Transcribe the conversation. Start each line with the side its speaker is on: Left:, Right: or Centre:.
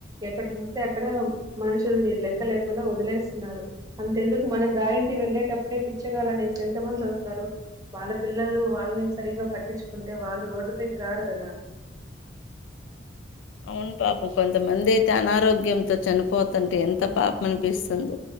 Right: ఎక్కడ చూస్తే అక్కడ మనుషుల్ని లెక్క లేకుండా వదిలేస్తున్నారు, అంతెందుకు మనం దారింటి వెళ్ళేటప్పుడే బిచ్చగాళ్లు అనేసి ఎంత మంది వస్తారు వాళ్ళ పిల్లలు వాళ్ళని సరిగ్గా పట్టించుకుంటే వాళ్ళు రోడ్డు పైకి రారు కదా
Left: అవును పాపం కొంతమంది అయితే అనారోగ్యంతో చనిపోతుంటే ఎంత పాపం అనిపిస్తుందో